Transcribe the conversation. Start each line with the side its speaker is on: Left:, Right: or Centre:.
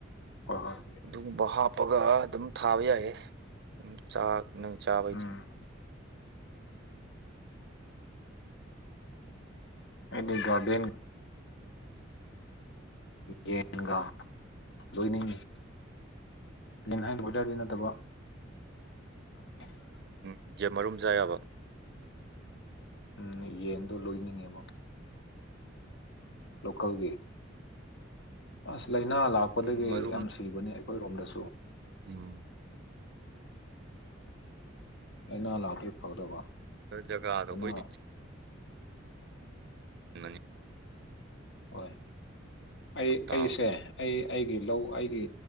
Left: ꯍꯣꯏ ꯍꯣꯏ
Right: ꯑꯗꯨꯒꯨꯝꯕ ꯍꯥꯞꯄꯒ ꯑꯗꯨꯝ ꯊꯥꯕ ꯌꯥꯏꯌꯦ ꯑꯗꯨ ꯆꯥꯛ ꯅ ꯆꯥꯕꯣꯏ
Left: ꯎꯝ ꯑꯩꯗꯤ ꯒꯥꯔꯗꯦꯟ ꯌꯦꯟꯒꯥ ꯂꯣꯏꯅꯤꯡꯏ ꯂꯤꯟ ꯍꯥꯏ ꯑꯣꯏꯗꯥꯔꯗꯤ ꯅꯠꯇꯕ
Right: <inaudible>
Left: <inaudible>
Right: ꯀꯌꯥ ꯃꯔꯨꯝꯖꯥ ꯌꯥꯕ
Left: ꯎꯝ ꯌꯦꯟꯗ ꯂꯣꯏꯅꯤꯡꯉꯦꯕꯣ ꯂꯣꯀꯜꯒꯤ ꯑꯁ ꯂꯥꯏꯅꯥ ꯂꯥꯛꯄꯗꯒꯤ
Right: ꯎꯝ ꯃꯔꯨꯝ
Left: ꯌꯥꯝ ꯁꯤꯕꯅꯦ ꯑꯩꯈꯣꯏꯔꯣꯝꯗꯁꯨ
Right: ꯎꯝ
Left: ꯑꯅꯥ ꯂꯥꯛꯇꯦ ꯐꯒꯗꯕ
Right: ꯖꯒꯥꯗꯣ
Left: ꯂꯥꯏꯅꯥ
Right: ꯈꯣꯏꯗꯤ ꯅꯤ <unintelligible>
Left: ꯍꯣꯏ ꯑꯩ
Right: ꯐꯔꯛ ꯇꯥꯕ
Left: ꯑꯩꯁꯦ ꯑꯩ ꯑꯩꯒꯤ ꯂꯧ ꯑꯩꯒꯤ